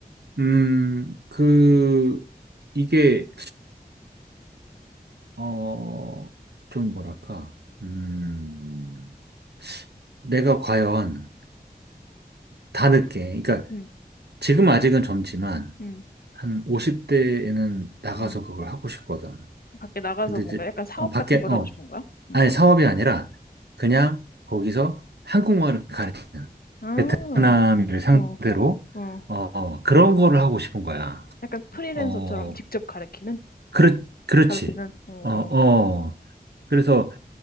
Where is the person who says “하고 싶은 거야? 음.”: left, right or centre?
Left